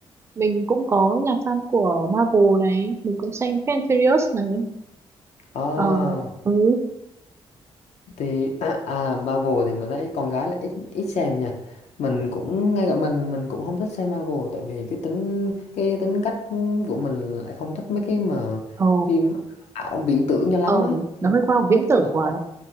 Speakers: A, on the right; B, on the left.
A: mình cũng có là fan của Marvel này mình cũng xem Fast and Furious này
B: à
A: ờ ừ
B: thì <clears throat> à, à, Marvel thì mình thấy con gái là ít ít xem nha mình cũng ngay cả mình mình cũng không thích xem Marvel tại vì cái tính cái tính cách của mình lại không thích mấy cái mà
A: ờ
B: phim ảo viễn tưởng cho lắm
A: ờ
B: á
A: nó
B: mình
A: hơi khoa
B: thích
A: học viễn
B: mấy cái
A: tưởng
B: mà
A: quá